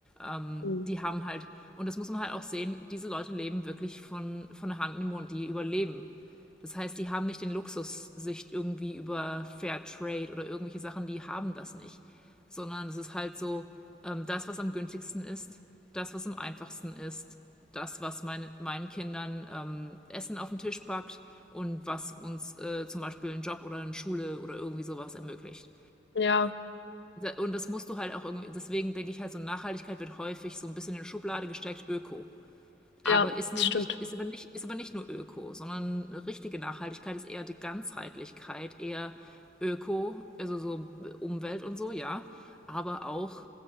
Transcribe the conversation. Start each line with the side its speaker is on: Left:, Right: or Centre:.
Centre: Ähm,
Left: Mhm.
Centre: die haben halt, und das muss man halt auch sehen, diese Leute leben wirklich von, von der Hand in den Mund, die überleben das heißt, die haben nicht den Luxus, sich irgendwie über Fair Trade oder irgendwelche Sachen, die haben das nicht. Sondern es ist halt so, ähm, das, was am günstigsten ist, das, was am einfachsten ist, das, was mein, meinen Kindern ähm, Essen auf den Tisch packt und was uns äh, zum Beispiel einen Job oder eine Schule oder irgendwie sowas ermöglicht.
Left: Ja,
Centre: Und das musst du halt auch irgendwie, deswegen denke ich halt so, Nachhaltigkeit wird häufig so ein bisschen in eine Schublade gesteckt, Öko. Aber
Left: ja,
Centre: ist
Left: das
Centre: eben
Left: stimmt.
Centre: nicht, ist aber nicht, ist aber nicht nur Öko, sondern richtige Nachhaltigkeit ist eher die Ganzheitlichkeit, eher Öko, also so Umwelt und so, ja, aber auch